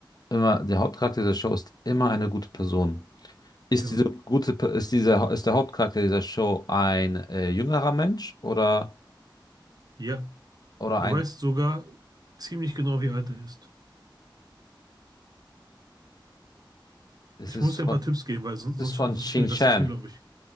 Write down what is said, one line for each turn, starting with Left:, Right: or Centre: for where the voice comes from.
Left: Immer, der Hauptcharakter dieser Show ist immer eine gute Person. Ist
Right: Genau.
Left: diese gute, Pe- ist dieser, ist der Hauptcharakter dieser Show ein äh, jüngerer Mensch oder?
Right: Ja.
Left: Oder
Right: Du
Left: ein,
Right: weißt sogar ziemlich genau, wie alt er ist.
Left: es
Right: Ich
Left: ist
Right: muss dir
Left: von,
Right: ein paar Tipps geben, weil sonst,
Left: es
Right: sonst,
Left: ist von
Right: sonst
Left: Xinjiang.
Right: kämen wir das nicht hin, glaube ich.